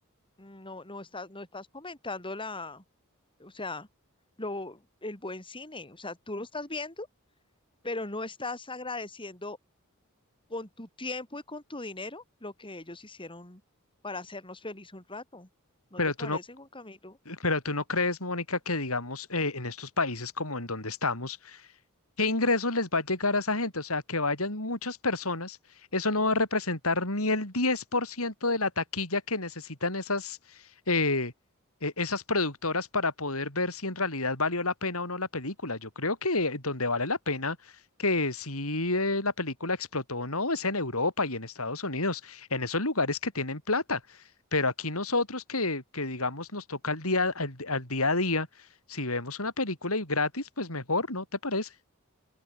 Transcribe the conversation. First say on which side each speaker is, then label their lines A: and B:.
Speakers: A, on the left; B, on the left.
A: No, no estás, no estás comentando la, o sea, lo, el buen cine, o sea, tú lo estás viendo, pero no estás agradeciendo con tu tiempo y con tu dinero lo que ellos hicieron para hacernos feliz un rato. ¿No
B: Pero
A: te
B: tú
A: parece,
B: no,
A: Juan Camilo?
B: pero tú no crees, Mónica, que digamos eh, en estos países como en donde estamos, ¿Qué ingresos les va a llegar a esa gente? O sea, que vayan muchas personas, eso no va a representar ni el 10% de la taquilla que necesitan esas, eh, e- esas productoras para poder ver si en realidad valió la pena o no la película. Yo creo que donde vale la pena que si eh, la película explotó o no es en Europa y en Estados Unidos, en esos lugares que tienen plata. Pero aquí nosotros que, que digamos nos toca al día, al al día a día, si vemos una película y gratis, pues mejor, ¿no te parece?